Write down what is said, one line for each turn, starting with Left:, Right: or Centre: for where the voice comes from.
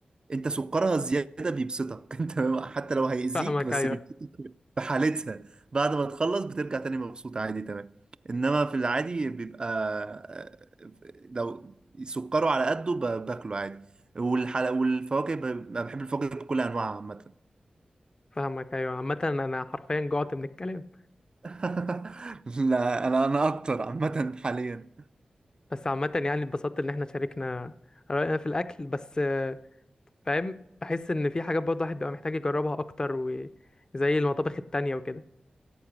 Right: انت سكرها الزياده بيبسطك <laughs> انت حتى لو هيأذيك
Left: فاهمك
Right: بس
Left: ايوه
Right: بيبسطك في حالتها بعد ما تخلص بترجع تاني مبسوط عادي تمام انما في العادي بيبقى آه، لو سكره على قده ب- باكله عادي والحلا والفواكه ب- انا بحب الفواكه بكل انواعها عامه
Left: فاهمك ايوه عامه انا حرفيا جوعت من الكلام
Right: <laughs> لا انا انا اكتر عامه حاليا
Left: بس عامة يعني اتبسطت ان احنا شاركنا رأينا في الأكل بس آه، فاهم بحس ان في حاجات برضه الواحد بيبقى محتاج يجربها أكتر وزي المطابخ التانية وكده